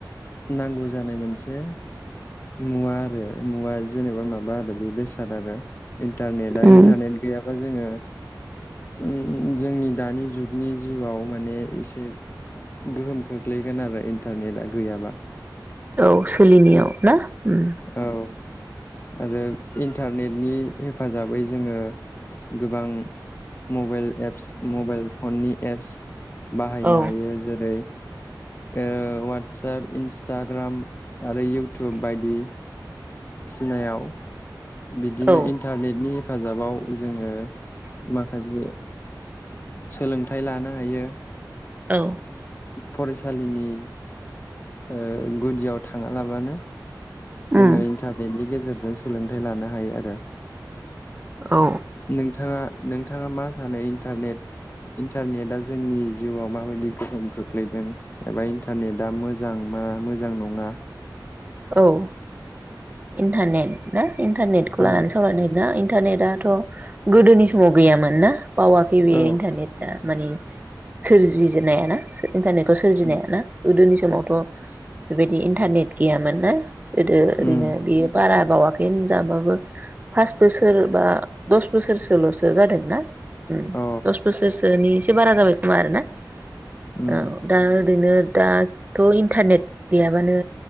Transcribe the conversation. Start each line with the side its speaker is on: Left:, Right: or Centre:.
Left: नांगौ जानाय मोनसे मुवा आरो मुवा जेनेबा माबा आरो बे बेसाद आरो। इन्टारनेटा
Right: उम
Left: इन्टारनेट गैया अजोङो उम। जोंनि दानि जुगनि जिउआव माने एसे गोहोम खोख्लैगोन आरो इन्टारनेटआ गैयाबा।
Right: औ सोलिनायाव। ना उम
Left: औ। आरो इन्टारनेटनि हेफाजाबै जोङो गोबां। Mobile apps mobile.. फननि एप्स बाहायनो
Right: औ
Left: हायो जेरै ओ वाटसाप इनसटाग्राम आरो इउटुब बायदि। सिनायाव बिदिनो
Right: औ
Left: इन्टारनेटनि। हेफाजाबाव। जोङो माखासे सोलोंथाइ लानो हायो।
Right: औ
Left: फरायसा सालिनि ओ गुदियाव थाङालाबानो। जोङो
Right: उम
Left: इन्टारनेटनि गेजेरजो जों सोलोंथाइ लानो हायो आरो।
Right: औ
Left: नों ओ थाङा नोंथाङा मा सानो इन्टारनेट इन्टारनेटआ जोंनि जिउआव माबायदि गोहोम खोख्लैदों एबा इन्टारनेटआ मोजां मा मोजां नङा।
Right: औ इन्थानेन ना इन्टारनेटखौ लानानै
Left: औ
Right: सालरायनो नागिर ना। इन्टारनेटआथ गोदोनि समाव गैयामोन ना बावाखै बेयो
Left: औ
Right: इन्टारनेटआ माने सोरजिजेननाय ना इन्टारनेटखौ सोरजिनाया
Left: उम
Right: ना गोदोनि समावथ' बेबायदि इन्टारनेट गैयामोन ना गोदो ओरैनो
Left: उम
Right: बेयो बारा बावाखै होनजाबाबो पास बोसोर बा दस बोसोरसोल'सो जादोंना
Left: अ
Right: दस बोसोरसोनि एसे बारा जाबाय खोमा आरोना।
Left: उम
Right: औ दा ओरैनो दाथ' इन्टारनेट गैयाबानो